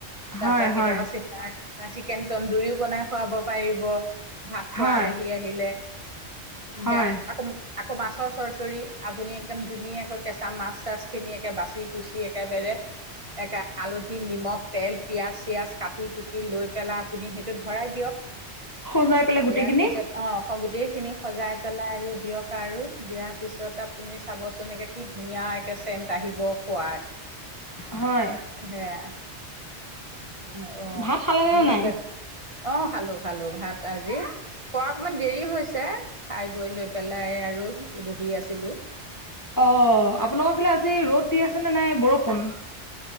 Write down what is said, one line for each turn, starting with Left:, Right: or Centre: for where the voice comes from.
Left: হয়
Right: তাৰপী কেতিয়াবা
Left: হয়
Right: <unintelligible> চিকেন তন্দুৰীও বনাই খুৱাব পাৰিব, ভাত
Left: হয়
Right: খোৱা আলহী আহিলে। এয়া,
Left: হয়
Right: আকৌ <unintelligible> আকৌ মাছৰ চৰচৰি। আপুনি একদম ধুনীয়াকৈ কেঁচা মাছ চাছ খিনি একে বাচি কুচি একেবেৰে একে হালধি নিমখ তেল পিঁয়াজ চিযয়াজ কাটি কুটি লৈ পেলাই আপুনি সেইটোত ভৰাই দিয়ক,
Left: সজাই পেলাই
Right: দিয়াৰ
Left: গোটেইখিনি
Right: পিছত অ', গোটেই খিনি সজাই পেলাই আৰু দিয়ক আৰু দিয়াৰ পিছত আপুনি চাবচোন একে কি ধুনীয়া একে চেণ্ট কাহিব পোৱাৰ
Left: হয়।
Right: সেয়া। উ অ
Left: ভাত খালেনে
Right: <unintelligible>
Left: নে নাই
Right: অ, খালোঁ খালোঁ। ভাত আজি খোৱা অকমান দেৰি হৈছে। খাই বৈ লৈ পেলাই আৰু ই বহি আছিলোঁ।
Left: অ, আপোনালোকৰ ফালে আজি ৰ'দ দি আছে নে নাই বৰষুণ?